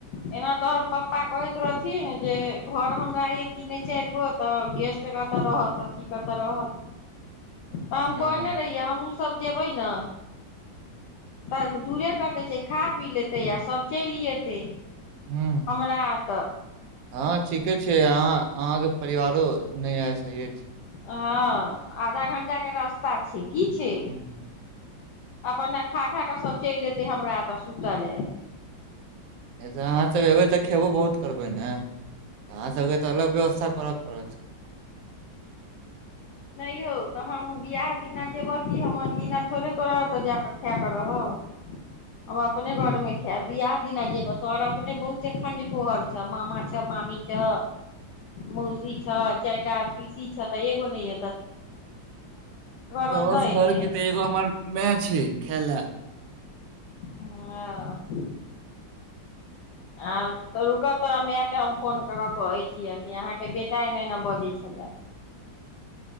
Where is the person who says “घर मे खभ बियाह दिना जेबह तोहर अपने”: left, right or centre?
Left